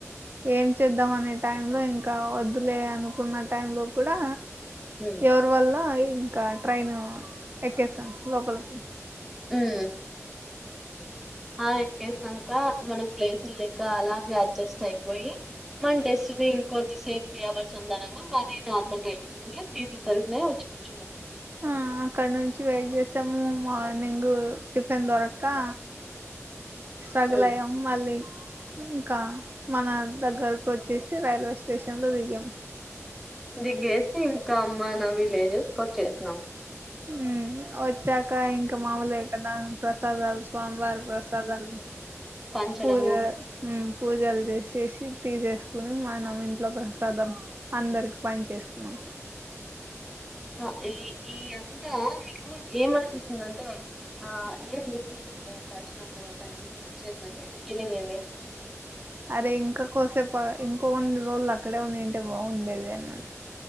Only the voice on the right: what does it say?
ఏం చేద్దాం అనే టై లో ఇంకా వద్దులే అనుకున్న టై లో కూడా
ఎవరి వల్ల ఇంకా ట్రైన్ ఎక్కేసాం లోపలికి
ఆ అక్కడ నుంచి వెయిట్ సము మార్నింగ్ టిఫిన్ దొరక్క స్ట్రగ్గల్
అయ్యాం మళ్ళీ ఇంకా మన దగ్గరకు వచ్చేసి రైల్వే స్టేషన్ లో దిగాం
ఉ వచ్చాక ఇంకా మామోలే కదా ప్రసాదాలు స్వామీవారి ప్రసాదాలు
పూజ హ్మ్ పూజలు చేసేసి తీసేసు ని మనం ఇంట్లో ప్రసాదం అందరకు పని చేసుకున్నాం
అరే ఇంకా కోసేపు ఇంకో కొన్ని రోజులు అక్కడే ఉన్నింటే బాగుండేది అన్నట్టు